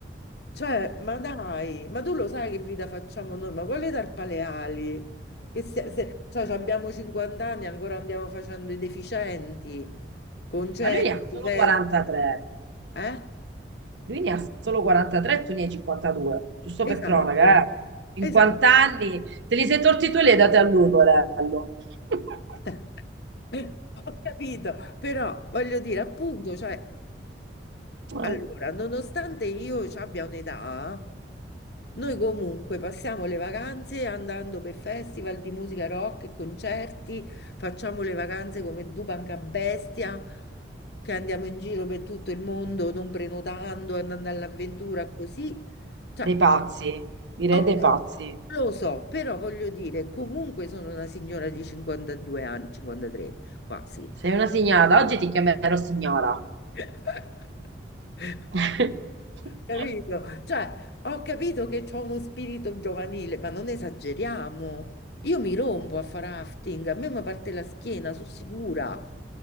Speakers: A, on the left; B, on the right.
A: Cioè, ma dai, ma tu lo sai che vita facciamo noi? Ma quale tarpale ali? Che se, se- cioè, abbiamo 50 anni e ancora andiamo facendo i deficienti, concerti,
B: Ma lui ne ha solo
A: feste.
B: 43.
A: Eh?
B: Lui ne ha solo 43, tu ne hai 52, giusto
A: Esatto,
B: per cronaca, eh. 50
A: esatto.
B: anni, te li sei tolti tu e li hai dati a lui, porello. <laughs>
A: <laughs> Ho capito, però voglio dire, appunto, cioè,
B: No.
A: allora, nonostante io ci abbia un'età, Noi comunque passiamo le vacanze andando per festival di musica rock e concerti, facciamo le vacanze come Dupanca bestia, che andiamo in giro per tutto il mondo non prenotando, andando all'avventura così. Cioè,
B: Dei pazzi, direi
A: ok,
B: dei pazzi.
A: lo so, però voglio dire, comunque sono una signora di 52 anni, 53 quasi.
B: Sei una signora, da oggi ti chiamerò signora.
A: <laughs>
B: <laughs>
A: Capito? Cioè, ho capito che c'ho uno spirito giovanile, ma non esageriamo. Io mi rompo a fare rafting, a me mi parte la schiena, sono sicura.